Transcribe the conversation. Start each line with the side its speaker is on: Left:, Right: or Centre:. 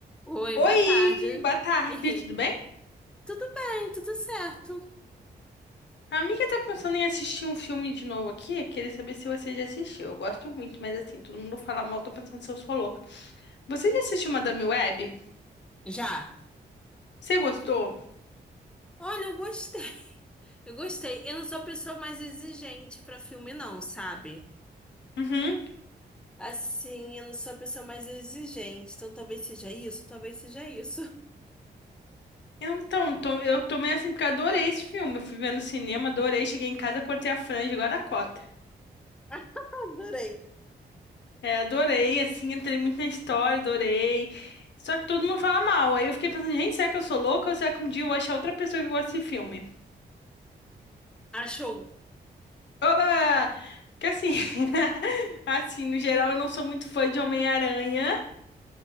Centre: Oi,
Left: Oi,
Centre: boa tarde.
Left: boa tarde,
Centre: <laughs>
Left: tudo bem?
Centre: Tudo bem, tudo certo.
Left: A amiga tá pensando em assistir um filme de novo aqui, queria saber se você já assistiu. Eu gosto muito, mas assim, todo mundo fala mal, tô pensando se eu sou louca. Você já assistiu Madame Web?
Centre: Já.
Left: Você gostou?
Centre: Olha, eu gostei. Eu gostei. Eu não sou a pessoa mais exigente pra filme, não, sabe?
Left: Uhum.
Centre: Assim, eu não sou a pessoa mais exigente. Então talvez seja isso, talvez seja isso.
Left: Então, tô- eu tomei assim porque eu adorei esse filme. Eu fui ver no cinema, adorei, cheguei em casa, cortei a franja, agora a cota.
Centre: <laughs> Adorei.
Left: É, adorei, assim, entrei muito na história, adorei. Só que todo mundo fala mal. Aí eu fiquei pensando, gente, será que eu sou louca ou será que um dia eu vou achar outra pessoa que gosta desse filme?
Centre: Achou?
Left: Oba! Que assim, <laughs> assim, no geral eu não sou muito fã de Homem-Aranha,